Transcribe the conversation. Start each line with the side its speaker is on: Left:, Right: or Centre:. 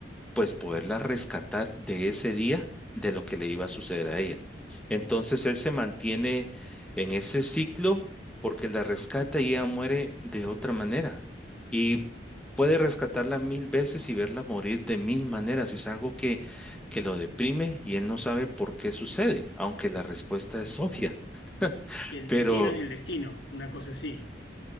Centre: pues poderla rescatar de ese día de lo que le iba a suceder a ella. Entonces él se mantiene en ese ciclo porque la rescata y ella muere de otra manera. Y puede rescatarla mil veces y verla morir de mil maneras. Es algo que, que lo deprime y él no sabe por qué sucede, aunque la respuesta es obvia.
Left: El
Centre: Pero
Left: destino es el destino, una cosa así.